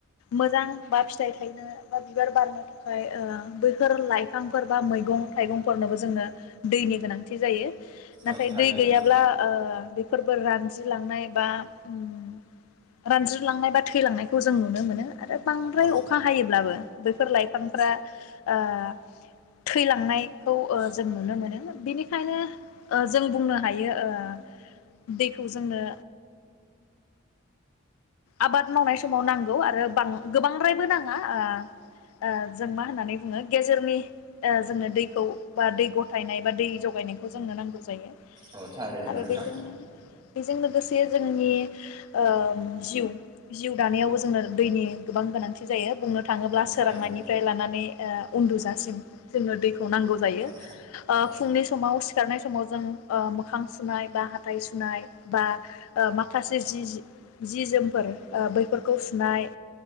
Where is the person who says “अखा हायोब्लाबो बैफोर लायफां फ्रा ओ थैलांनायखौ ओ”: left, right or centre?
Left